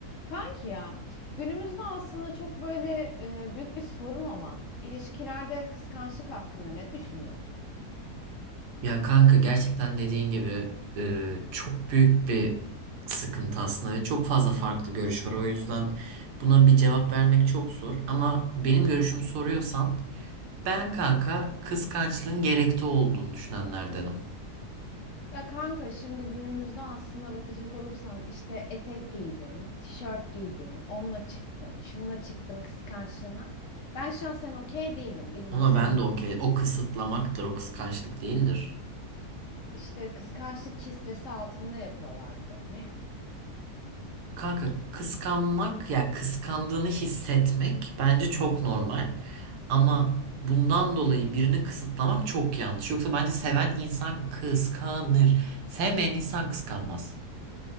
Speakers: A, on the left (about 65°); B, on the right (about 80°).
A: Kanki ya günümüzde aslında çok böyle e, büyük bir sorun olan ilişkilerde kıskançlık hakkında ne düşünüyorsun?
B: Ya kanka gerçekten dediğin gibi e, çok büyük bir sıkıntı aslında ve çok fazla farklı görüş var. O yüzden buna bir cevap vermek çok zor. Ama benim görüşümü soruyorsan ben kanka kıskançlığın gerekli olduğunu düşünenlerdenim.
A: Ya kanka şimdi günümüzde aslında bakacak olursan işte etek giydin, tişört giydin, onunla çıktın, şununla çıktın kıskançlığına. Ben şahsen okey değilim. Bilmem
B: Ona
A: sen
B: ben
A: ne
B: de okey.
A: düşünürsün.
B: O kısıtlamaktır, o kıskançlık değildir.
A: İşte kıskançlık kistesi altında yapıyorlar bir de bunu ya.
B: Kanka kıskanmak ya kıskandığını hissetmek bence çok normal. Ama bundan dolayı birini kısıtlamak çok yanlış. Yoksa bence seven insan kıskanır. Sevmeyen insan kıskanmaz.